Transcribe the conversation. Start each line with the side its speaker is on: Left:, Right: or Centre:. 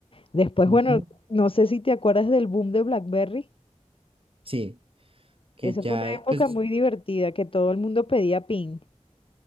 Left: Después,
Right: Ujú.
Left: bueno, no sé si te acuerdas del boom de BlackBerry.
Right: Sí, que
Left: Esa
Right: ya,
Left: fue una época
Right: eh, pues
Left: muy divertida que todo el mundo pedía ping.